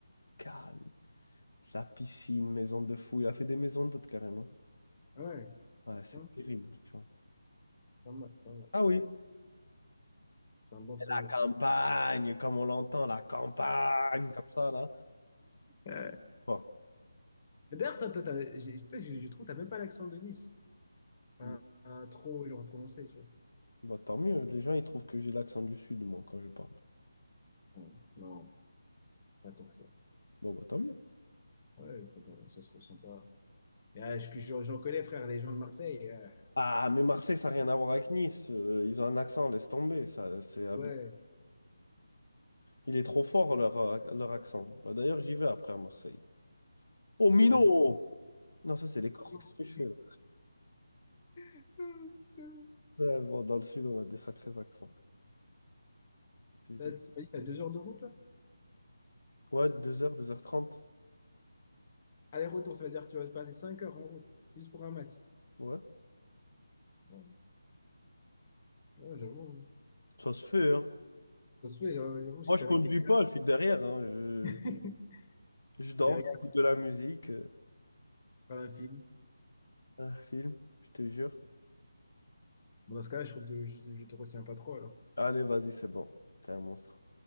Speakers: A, on the left; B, on the left.
A: calme. La piscine, maison de fou, il a fait des maisons d'hôtes carrément.
B: Ah ouais,
A: Ouais, c'est
B: putain,
A: terrible, tu vois.
B: pas mal, pas mal.
A: Ah
B: Ça,
A: oui.
B: c'est c'est un bon
A: Et
B: projet.
A: la campagne,
B: ça.
A: comme on l'entend, la campagne, comme ça, là.
B: Euh,
A: Bon.
B: mais D'ailleurs, toi, toi, t'as- j'ai- tu sais, je, je trouve que tu n'as même pas l'accent de Nice. Enfin,
A: Bon,
B: un trop genre, prononcé, tu vois.
A: Bah, tant mieux. Les gens, ils trouvent que j'ai l'accent du Sud, moi, quand je parle.
B: Ouais, Non, pas tant que ça.
A: Bon, bah, tant mieux.
B: Ouais, pas tant- ça se ressent pas. Et, ah, je- je- j'en connais, frère, les gens de Marseille. euh,
A: Ah, mais Marseille, ça n'a rien à voir avec Nice. Euh, ils ont un accent, laisse tomber. Ça, c'est ab-
B: ouais,
A: Il est trop fort, leur, euh, leur accent. Bah, d'ailleurs, j'y vais après à Marseille. Oh, Mino!
B: ouais, ça.
A: Non, ça, c'est
B: <laughs>
A: les Corses. Qu'est-ce que je fais, là?
B: Ah, Putain.
A: Ouais, bon, dans le Sud, on a des sacrés accents. Des-
B: T'as
A: des-
B: <laughs> t'as- t'as deux heures de route, là?
A: Ouais, deux heures deux heures trente
B: Aller-retour, ça veut dire que tu vas passer 5 heures en route, juste pour un match.
A: Ouais.
B: Ouais, ouais, j'avoue.
A: Ça se fait, hein.
B: Ça se fait, hein, j'avoue, si
A: Moi, je
B: t'es
A: conduis
B: avec tes gars,
A: pas, je suis derrière. hein. Je...
B: <laughs>
A: je dors,
B: derrière,
A: j'écoute de la musique, euh,
B: par un film.
A: un film, je te jure.
B: Bon, dans ce cas-là, je, trouve que je, je te retiens pas trop, alors.
A: Allez, vas-y, c'est bon. T'es un monstre.